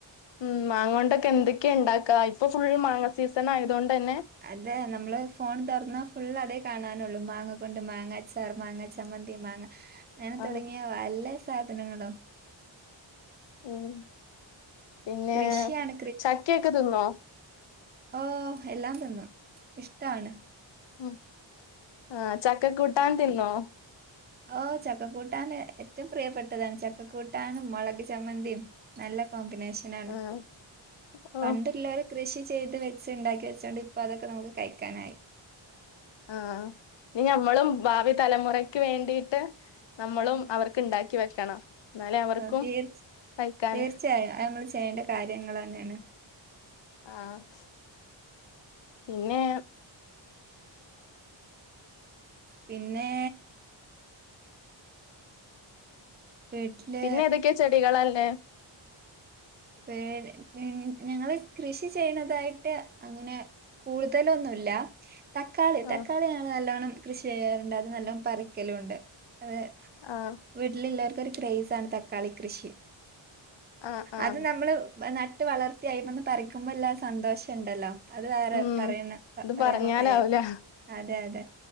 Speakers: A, on the left; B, on the right.
A: ഉം മാങ്ങാേണ്ടൊക്കെ എന്തൊക്കെ ഇണ്ടാക്കാ ഇപ്പൊ ഫുള്ള് മാങ്ങ സീസണായതോണ്ടെന്നെ
B: അതെ നമ്മള് ഫോണ് തൊറന്നാ ഫുള്ള് അതെ കാണാനാെള്ളൂ മാങ്ങ കൊണ്ട് മാങ്ങഅച് ച്ചാർ മാങ്ങ ചമ്മന്തി മാങ്ങ എങ്ങനെ
A: ആഹ്
B: തൊടങ്ങിയ പലെ സാധനങ്ങളും
A: ഉം പിന്നെ
B: കൃഷിയാണ്
A: ചക്കയൊക്കെ തിന്നോ
B: ഓഹ് എല്ലാംതിന്നും ഇഷ്ടാണ്
A: ഉം ആഹ് ചക്കകൂട്ടാൻ തിന്നോ
B: ഓഹ് ചക്കക്കൂട്ടാന് ഏറ്റവും പ്രിയപ്പെട്ടതാണ് ചക്ക കൂട്ടാനും മൊളക് ചമ്മന്തിം നല്ല കോമ്പിനേഷനാണ്
A: ആഹ് ഓഹ്
B: പണ്ടു ഇള്ളോര് കൃഷി ചെയ്ത് വെച്ച് ഇണ്ടാക്കി വെച്ചോണ്ട് ഇപ്പൊ അതൊക്കെ നമുക്ക് കഴിക്കാനായി
A: ആഹ് ഇനി ഞമ്മളും ഭാവി തലമുറക്ക് വേണ്ടീട്ട് നമ്മളും അവർക്ക് ഇണ്ടാ ക്കി വെക്കണം എന്നാലേ അവർക്കും
B: ഓഹ് തീർച്ച്
A: കഴിക്കാൻ
B: തീർച്ചയായും അത് നമ്മള് ചെയ്യേണ്ട കാര്യങ്ങളെന്നേണ്
A: ആഹ് പിന്നെ
B: പിന്നെ വീട്ടില്
A: പിന്നെ ഏതൊക്കെ ചെടികളാ ഇള്ളേ
B: പേന് പിൻ ഞങ്ങള് കൃഷി ചെയ്യ്ണതായിട്ട് അങ്ങനെ കൂട്തലൊന്നും ഇല്ല തക്കാളി
A: ആഹ്
B: തക്കാളി ഞങ്ങള് നല്ലോണ്ണം കൃഷി ചെയ്യാറുണ്ട് അത് നല്ലം പറിക്കലും ഇണ്ട് അത്
A: ആഹ്
B: വീട്ടില് എല്ലാർക്കും ഒരു ക്രൈസാണ് തക്കാളി കൃഷി
A: ആഹ് ആഹ്
B: അത് നമ്മള് നട്ട് വളർത്തി അയ്മന്ന് പറിക്കുമ്പൊ ഇള്ള ആ സന്തോഷം ഇണ്ടല്ലോ അത് വേറെ
A: ഉം
B: പറയ്ണ പ
A: ഇത്
B: പറയാനൊന്നും
A: പറഞ്ഞാലാവൂല
B: കയിയാ അതെ അതെ